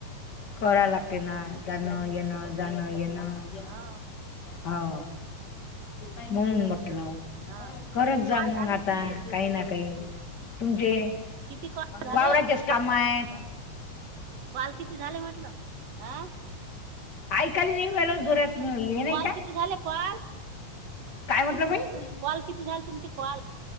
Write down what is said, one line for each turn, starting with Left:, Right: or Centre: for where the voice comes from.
Left: कडा लागते ना जाणं-येणं, जाणं-येणं.
Right: हा
Left: हाव म्हणुन म्हंटल.
Right: हा
Left: करतं
Right: किती
Left: जा
Right: कॉल
Left: मग
Right: झाले
Left: आता
Right: तुमचे
Left: काही ना काही तुमचे
Right: किती कॉल झाले
Left: वावराचेस कामा आहे.
Right: कॉल किती झाले म्हटलं आं.
Left: ऐकायला नाही येऊ राहीलं जोरातन हे नाही
Right: कॉल
Left: का,
Right: किती झाले कॉल
Left: काय म्हटलं बाई?
Right: कॉल किती झाले तुमचे कॉल?